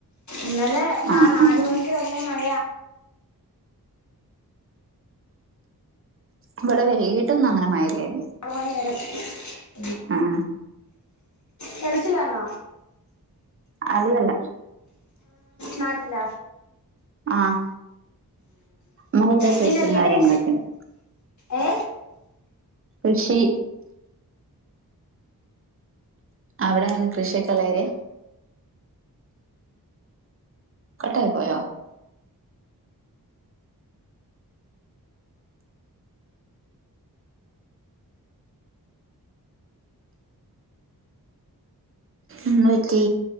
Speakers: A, on the left (about 50°); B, on the right (about 35°).
A: ഇന്നലെ
B: ആഹ്
A: ആ നാല്
B: ആഹ്
A: മണിക്ക് തൊടങ്ങിയ മഴയാ.
B: ഇവടെ വൈട്ടൊന്നും അങ്ങനെ മഴല്ലെൻ.
A: ത്ര മണി വരെ. <inaudible>
B: ആഹ്
A: കരച്ചിലാണാ
B: അല്ലല്ല
A: നാട്ടില.
B: ആഹ് നമ്മളെടെ കൃഷികാര്യങ്ങളൊക്കെണ്ട്.
A: പിന്നെ വീട്ടിൽ ഏ
B: കൃഷി. അവിടെ അങ്ങനെ കൃഷിയൊക്കെള്ളേര്യ കട്ടായി പോയോ? എന്ത് പറ്റി